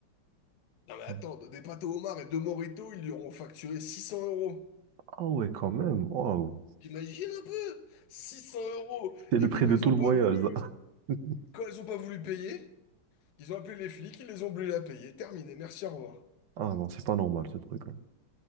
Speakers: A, on the left (about 60°); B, on the right (about 65°).
A: Non mais attends,
B: <laughs>
A: des pâtes au homard et deux mojitos, ils lui auront facturé 600 euros.
B: Ah ouais, quand même. Waouh.
A: T'imagines un peu? six cents euros.
B: C'est
A: Et
B: le prix
A: quand
B: de
A: ils
B: tout
A: ont
B: le
A: pas
B: voyage,
A: voulu,
B: ça. <laughs>
A: quand ils ont pas voulu payer, ils ont appelé les flics, ils les ont obligés à payer. Terminé, merci, au revoir.
B: Ah non, c'est pas normal, ce truc. hein.